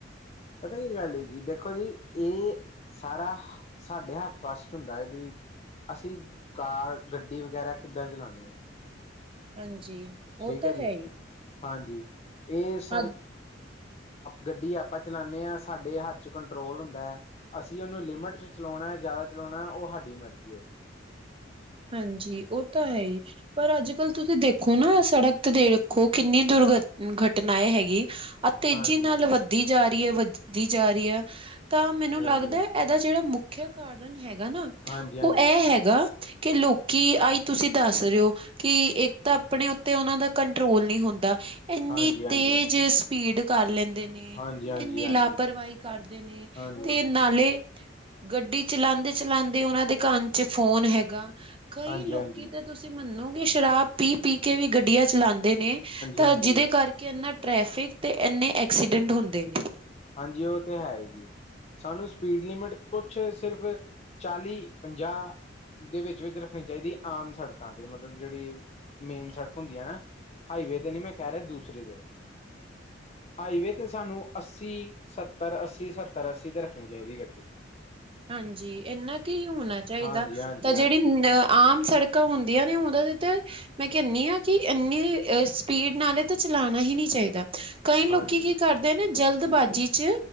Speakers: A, on the left (about 35°); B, on the right (about 30°).
A: ਪਤਾ ਕੀ ਗੱਲ ਐ ਜੀ ਦੇਖੋ ਜੀ ਏ ਸਾਰਾ ਸਾਡੇ ਹੱਥ ਫਸਟ ਹੁੰਦਾ ਐ ਵੀ ਅਸੀਂ ਕਾਰ ਗੱਡੀ ਵਗੈਰਾ ਕਿੱਦਾਂ ਚਲਾਣੀ ਐ।
B: ਹਾਂਜੀ।
A: ਠੀਕ
B: ਉਹ ਤਾਂ
A: ਐ ਜੀ
B: ਹੈ ਹੀ
A: ਹਾਂਜੀ ਇਹ ਸਰ
B: ਅੱਜ
A: ਗੱਡੀ ਆਪਾਂ ਚਲਾਨੇ ਆ ਸਾਡੇ ਹੱਥ ਚ ਕੰਟਰੋਲ ਹੁੰਦਾ। ਅਸੀਂ ਉਹਨੂੰ ਲਿਮਿਟ ਚ ਚਲੋਣਾ ਜ਼ਿਆਦਾ ਚਲੋਣਾ ਉਹ ਸਾਡੀ ਮਰਜ਼ੀ
B: ਹਾਂਜੀ ਓ ਤਾਂ ਹੈਈ। ਪਰ ਅੱਜ ਕੱਲ ਤੁਸੀਂ ਦੇਖੋ ਨਾ ਸੜਕ ਤੇ ਦੇਖੋ ਕਿੰਨੀ ਦੁਰਘ ਘਟਨਾਏ ਹੈਗੀ। ਆ ਤੇਜ਼ੀ
A: ਹਾਂਜੀ
B: ਨਾਲ ਵੱਧਦੀ ਜਾ ਰੀ ਐ ਵੱਧਦੀ ਜਾ ਰੀ ਐ ਤਾਂ ਮੈਨੂੰ
A: ਹਾਂਜੀ
B: ਲੱਗਦਾ। ਏਦਾ ਜਿਹੜਾ ਮੁਖਿਆ ਕਾਰਨ ਹੈਗਾ ਨਾ
A: ਹਾਂਜੀ ਹਾਂਜੀ
B: ਓ ਇਹ ਹੈਗਾ ਕਿ ਲੋਕੀ ਆਈ ਤੁਸੀਂ ਦੱਸ ਰੇ ਓ। ਕਿ ਇੱਕ ਤਾਂ ਆਪਣੇ ਉੱਤੇ ਉਹਨਾਂ ਦਾ ਕੰਟਰੋਲ ਨੀ ਹੁੰਦਾ ਇੰਨੀ
A: ਹਾਂਜੀ ਹਾਂਜੀ
B: ਤੇਜ। ਭੀੜ ਕਰ ਲੈਂਦੇ ਨੇ
A: ਹਾਂਜੀ
B: ਇੰਨੀ
A: ਹਾਂਜੀ ਹਾਂਜੀ
B: ਲਾਪਰਵਾਹੀ ਕਰਦੇ ਨੇ
A: ਹਾਂਜੀ
B: ਤੇ ਨਾਲੇ
A: ਹਾਂਜੀ
B: ਗੱਡੀ ਚਲਾਂਦੇ ਚਲਾਂਦੇ ਉਹਨਾਂ ਦੇ ਕੰਨ ਚ ਫੋਨ ਹੈਗਾ ਕਈ
A: ਹਾਂਜੀ
B: ਲੋਕੀ
A: ਹਾਂਜੀ
B: ਤਾਂ ਤੁਸੀਂ ਮੰਨੋਗੇ ਸ਼ਰਾਬ ਪੀ ਪੀ ਕੇ ਵੀ ਗੱਡੀਆਂ ਚਲਾਂ ਦੇ ਨੇ ਤਾਂ
A: ਹਾਂਜੀ
B: ਜਿਹਦੇ ਕਰਕੇ ਕਿ ਇੰਨਾ ਟਰੈਫਿਕ ਤੇ ਇੰਨੇ ਐਕਸੀਡੈਂਟ ਹੁੰਦੇ ਨੇ।
A: ਹਾਂਜੀ ਉਹ ਤੇ ਹੈਈ ਜੀ। ਸਾਨੂੰ ਸਪੀਡ ਲਿਮਿਟ ਕੁਛ ਸਿਰਫ ਚਾਲੀ ਪੰਜਾਹ ਦੇ ਵਿੱਚ ਵਿਚ ਰੱਖਣੀ ਚਾਹੀਦੀ ਆਮ ਸੜਕਾਂ ਤੇ ਮਤਲਬ ਜਿਹੜੀ ਮੇਨ ਸੜਕ ਹੁੰਦੀ ਐ ਨਾ। ਹਾਈਵੇ ਤੇ ਨੀ ਮੈਂ ਕਹਿ ਰਿਹਾ ਦੂਸਰੇ ਤੇ ਹਾਈਵੇ ਤੇ ਸਾਨੂੰ ਅੱਸੀ ਅੱਸੀ ਸੱਤਰ ਅੱਸੀ ਸੱਤਰ ਅੱਸੀ ਤੇ ਰੱਖਣੀ ਚਾਹੀਦੀ ਗੱਡੀ।
B: ਹਾਂਜੀ, ਇੰਨਾ ਕੀ ਹੋਣਾ ਚਾਹੀਦਾ
A: ਹਾਂਜੀ ਹਾਂਜੀ
B: ਤਾਂ ਜਿਹੜੀ
A: ਹਾਂਜੀ
B: ਅ ਆਮ ਸੜਕ ਹੁੰਦੀਆਂ ਨੇ ਉਹਨਾਂ ਦੇ ਤੇ ਮੈਂ ਕਹਿਣੀ ਆ ਕਿ ਇੰਨੀ ਸਪੀਡ ਨਾਲ ਏ ਤਾਂ ਚਲਾਣਾ ਈ ਨੀ ਚਾਹੀਦਾ। ਕਈ ਲੋਕੀ
A: ਹਾਂਜੀ
B: ਕੀ ਕਰਦੇ ਨੇ ਜਲਦਬਾਜ਼ੀ ਚ